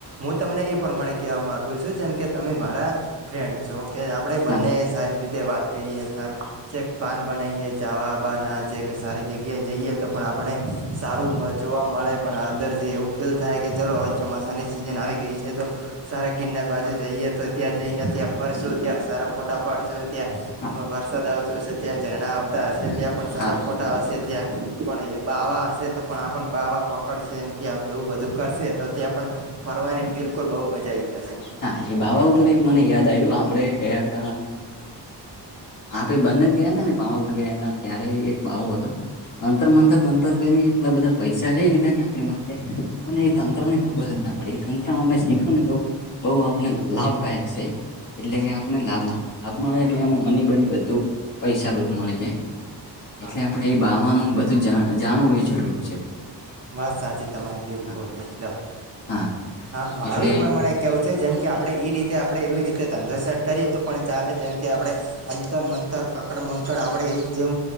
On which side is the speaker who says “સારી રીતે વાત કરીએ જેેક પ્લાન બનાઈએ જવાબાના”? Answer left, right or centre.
Right